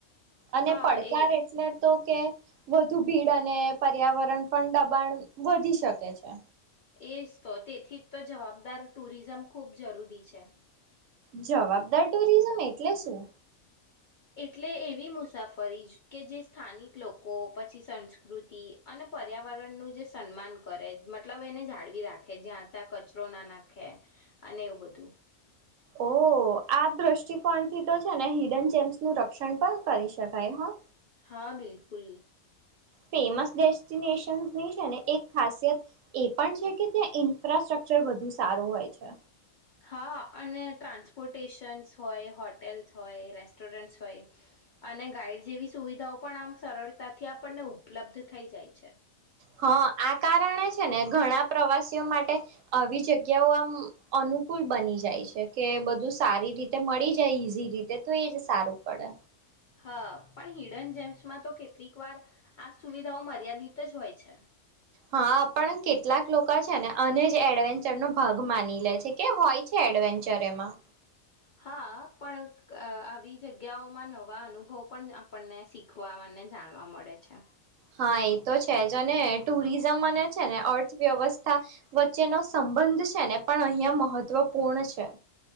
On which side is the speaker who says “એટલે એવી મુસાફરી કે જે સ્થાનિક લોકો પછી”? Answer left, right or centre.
Left